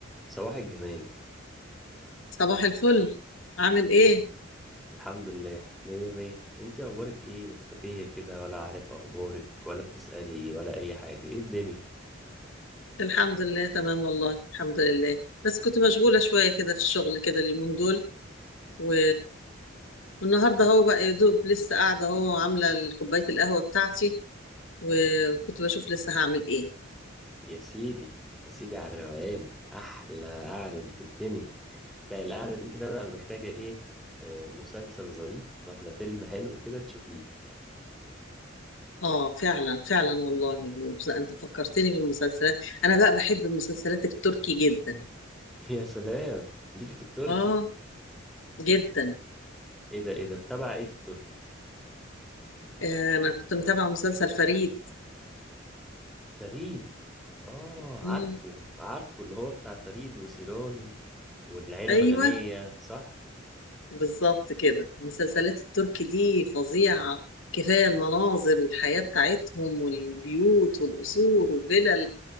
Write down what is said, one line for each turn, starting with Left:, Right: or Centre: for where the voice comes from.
Centre: صباح الجمال
Left: صباح الفل عامل ايه؟
Centre: الحمد لله مية مية انتي اخبارك ايه مختفية كده ولا عارف اخبارك ولا بتسألي ولا اي حاجة ايه الدنيا
Left: الحمد لله تمام والله الحمد لله بس كنت مشغولة شوية كده في الشغل كده اليومين دول و... والنهاردة هو بقى يا دوب لسه قاعدة اهو عاملة كوباية القهوة بتاعتي و- وكنت بشوف لسه هعمل ايه
Centre: يا سيدي يا سيدي على الروقان احلى قعدة دي في الدنيا لا القعدة دي كده بقى محتاجة ايه آه مسلسل ظريف ولا فيلم حلو كده تشوفيه
Left: اه فعلا فعلا والله بس انت فكرتني بالمسلسلات انا بقى بحب المسلسلات التركي جدا
Centre: <laughs> يا سلام ليكي في التركي
Left: اه جدا
Centre: ايه ده ايه ده بتابعة ايه في التركي
Left: آه، انا كنت متابعة مسلسل فريد
Centre: فريد اه
Left: مم.
Centre: عارفه عارفه اللي هو بتاع فريد وسيران والعيلة
Left: ايوه
Centre: الغنية صح
Left: بالظبط كده المسلسلات التركي دي فظيعة كفاية المناظر والحياة بتاعتهم والبيوت والقصور والفلل